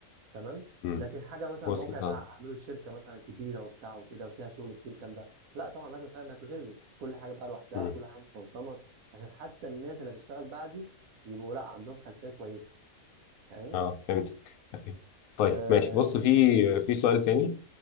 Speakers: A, on the right; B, on the left.
A: تمام
B: م.
A: لكن حاجه مثلا
B: وصلت
A: موقع بقى
B: أه
A: اعمله الشركه مثلا كبيره وبتاع وكده وفيها شغل كتير الكلام ده لا طبعا لازم اسوي مايكرو سيرفيس كل حاجه بقى لوحدها
B: م.
A: كل حاجه منظمه عشان حتى الناس اللي هتشتغل بعدي يبقوا لا عندهم خلفيه كويسه فاهم
B: أه فهمتك أيوة. طيب
A: آه...
B: ماشي بص في
A: مم،
B: في سؤال تاني